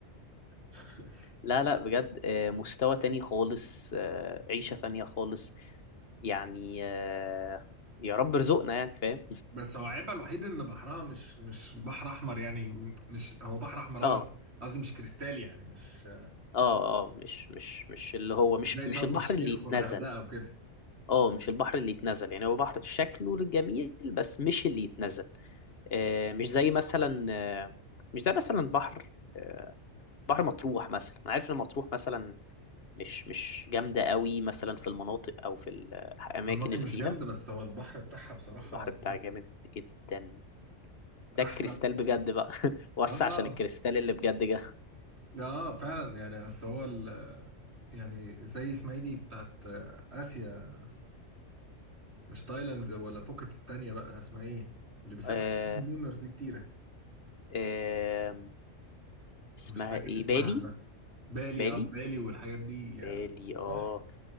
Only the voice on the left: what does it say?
لا لا بجد آه، مستوى تاني خالص آه، عيشة تانية خالص يعني آه، يا رب رزقنا يعني فاهم
<laughs>
اه
اه اه مش مش مش اللي هو مش
مش
البحر
اللي يتنزل
اه مش البحر اللي يتنزل يعني هو بحر شكله جميل بس مش اللي يتنزل آه مش زي مثلا آه مش زي مثلا بحر آه بحر مطروح مثلا انا عارف ان مطروح مثلا مش مش جامده قوي مثلا في المناطق او في الاماكن
اللي
فيها
البحر بتاعها جامد جدا ده
الكريستال بجد بقى <laughs> وسع
عشان الكريستال اللي بجد جه
آه
آه اسمها
ايه
بالي
بالي
بالي
اه